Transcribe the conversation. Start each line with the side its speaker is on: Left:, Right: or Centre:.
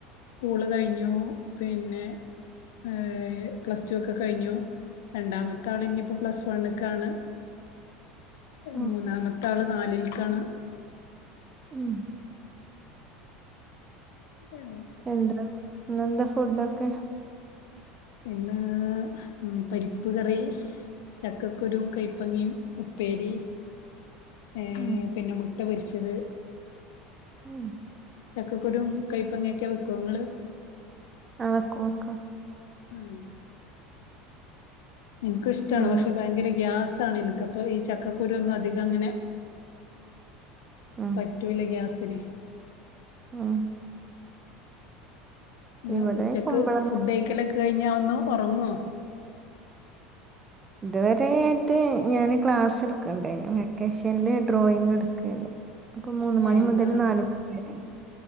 Left: സ്കൂള് കഴിഞ്ഞു, പിന്നെ എഹ് പ്ലസ് ടു ഒക്കെ കഴിഞ്ഞു. രണ്ടാമത്തെ ആള് ഇഞ്ഞിപ്പോ പ്ലസ് വണ്ണ്ക്കാണ്.
Right: ഉം
Left: മൂന്നാമത്തെ ആള് നാലിൽക്കാണ്.
Right: ഉം
Left: ഏഹ്
Right: എന്താ ഇന്നെന്താ ഫുഡൊക്കെ?
Left: ഇന്ന് മം പരിപ്പ് കറി ചക്കക്കുരും കൈപ്പങ്ങയും ഉപ്പേരി ഏഹ്
Right: ഉം
Left: പിന്നെ മുട്ട പൊരിച്ചത്
Right: ഉം
Left: ചക്കക്കുരും കൈപ്പങ്ങൊക്കെ വെക്കോ നിങ്ങള്.
Right: ആ വെക്കും വെക്കും.
Left: ഉം. എനിക്കിഷ്ടമാണ്.
Right: ഞങ്ങ
Left: പക്ഷെ ഭയങ്കര ഗ്യാസാണ് ഇനിക്ക്. അപ്പം ഈ ചക്കക്കുരു ഒന്നും അധികം അങ്ങനെ
Right: ഉം
Left: പറ്റൂല്ല ഗ്യാസിന്.
Right: ആ.
Left: ഇങ്ങനെ
Right: ഇവിടെ
Left: ഉച്ചക്ക്
Right: കുമ്പളങ്ങ
Left: ഫുഡയ്ക്കലൊക്കെ കഴിഞ്ഞാൽ ഒന്ന് ഉറങ്ങോ?
Right: ഇതുവരെ ആയിട്ട് ഞാന് ക്ലാസ് എടുക്കണ്ടായിരുന്നു, വെക്കേഷൻല് ഡ്രോയിങ്ങ് എടുക്കണ്ട്. അപ്പൊ മൂന്ന് മണി
Left: ഏ.
Right: മുതൽ
Left: ആഹ്.
Right: നാല് മണി വരെ